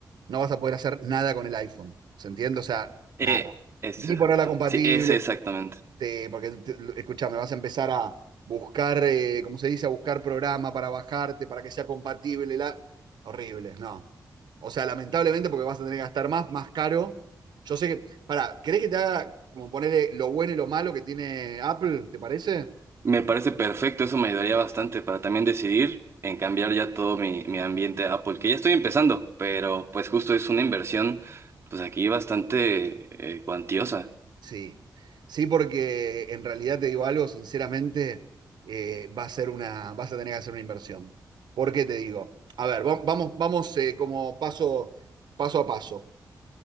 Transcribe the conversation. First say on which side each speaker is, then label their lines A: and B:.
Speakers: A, on the right; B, on the right.
A: no vas a poder hacer nada con el iPhone. ¿Se entiende? O sea,
B: Eh,
A: nada.
B: es
A: Ni
B: exacta-
A: por la compatible,
B: Sí, ese exactamente.
A: te- porque te- escuchame, vas a empezar a buscar, eh, ¿cómo se dice? A buscar programa para bajarte, para que sea compatible. La... Horrible, no. O sea, lamentablemente porque vas a tener que gastar más, más caro. Yo sé que, para, ¿querés que te haga como ponerle lo bueno y lo malo que tiene Apple? ¿Te parece?
B: Me parece perfecto, eso me ayudaría bastante para también decidir en cambiar ya todo mi, mi ambiente a Apple, que ya estoy empezando, pero pues justo es una inversión, pues aquí bastante eh, cuantiosa.
A: Sí, sí, porque en realidad te digo algo, sinceramente, eh, va a ser una, vas a tener que hacer una inversión. ¿Por qué te digo? A ver, va- vamos, vamos eh, como paso, paso a paso.